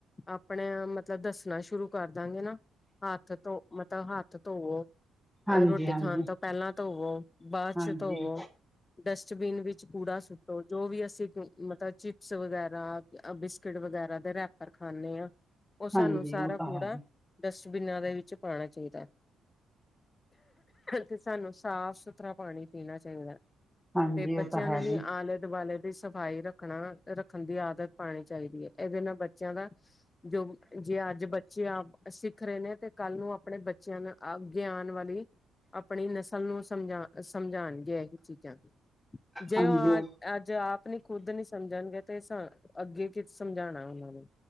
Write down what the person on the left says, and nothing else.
ਆਪਣੇ ਆ ਮਤਲਬ ਦੱਸਣਾ ਸ਼ੁਰੂ ਕਰ ਦਾਂਗੇ ਨਾ ਹੱਥ ਧੋ ਮਤਲਬ ਹੱਥ ਧੋਵੋ।
ਅ ਰੋਟੀ
ਖਾਣ
ਤੋਂ ਪੈਲਾਂ ਧੋਵੋ ਬਾਦ
ਚ ਧੋਵੋ। ਡਸਟਬੀਨ ਵਿੱਚ ਕੂੜਾ ਸੁੱਟੋ,, ਜੋ ਵੀ ਅਸੀਂ ਮਤਲਬ ਚਿਪਸ ਵਗੈਰਾ ਅ ਬਿਸਕਿਟ ਵਗੈਰਾ ਦੇ ਰੈਪਰ ਖਾਂਣੇ ਆ ਔ
ਸਾਨੂੰ ਸਾਰਾ
ਕੂੜਾ
ਬਿਨਾਂ ਦੇ ਵਿੱਚ ਪਾਣਾ ਚਾਈਦੈ। ਤੇ ਸਾਨੂੰ ਸਾਫ-ਸੁਥਰਾ ਪਾਣੀ ਪੀਣਾ ਚਾਈਦੈ।
ਫੇਰ ਬੱਚਿਆਂ
ਨੂੰ ਵੀ
ਆਲੇ-ਦੁਆਲੇ ਦੀ ਸਫ਼ਾਈ ਰੱਖਣਾ ਰੱਖਣ ਦੀ ਆਦਤ ਪਾਣੀ ਚਾਈਦੀ ਏ, ਐਦੇ ਨਾਲ ਬੱਚਿਆਂ ਦਾ ਜੋ ਜੇ ਅੱਜ ਬੱਚੇ ਆਪ ਸੀ ਖਰੇ ਨੇ ਤੇ ਕੱਲ ਨੂੰ ਆਪਣੇ ਬੱਚਿਆਂ ਨੂੰ ਅਗੇ ਆਨ ਵਾਲੀ ਆਪਣੀ ਨਸਲ ਨੂੰ ਸਮਝਾ ਸਮਝਾਣਗੇ ਐਹੀ ਚੀਜ਼ਾਂ। ਜੇ
ਔ ਆ
ਅੱਜ ਆਪ ਨੀ ਖੁੱਦ ਨੀ ਸਮਝਣਗੇ ਤੇ ਸਾ ਅੱਗੇ ਕੀ ਸਮਝਾਣਾ ਔਨਾਂ ਨੇ?